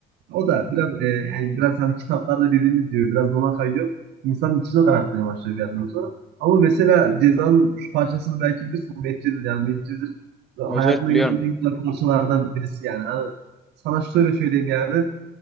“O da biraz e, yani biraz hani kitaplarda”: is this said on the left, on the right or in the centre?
Right